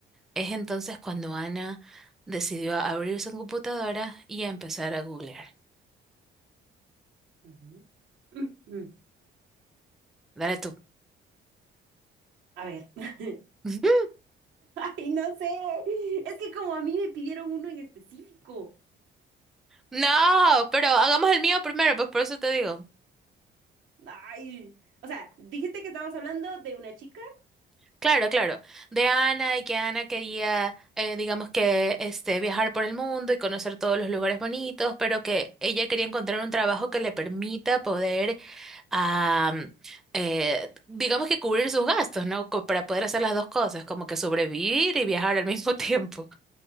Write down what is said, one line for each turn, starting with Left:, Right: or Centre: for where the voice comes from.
Centre: Es entonces cuando Ana decidió abrir su computadora y a empezar a googlear.
Right: ujú. Ujú.
Centre: Dale tú.
Right: A ver. <laughs>
Centre: <laughs>
Right: Ay, no sé. Es que como a mí me pidieron uno en específico.
Centre: No, pero hagamos el mío primero, pues por eso te digo.
Right: Ay. O sea, dijiste que estabas hablando de una chica.
Centre: Claro, claro. De Ana y que Ana quería, eh, digamos que, este, viajar por el mundo y conocer todos los lugares bonitos, pero que ella quería encontrar un trabajo que le permita poder, am, eh, digamos que cubrir sus gastos, ¿no? Co- Para poder hacer las dos cosas, como que sobrevivir y viajar al mismo <laughs> tiempo.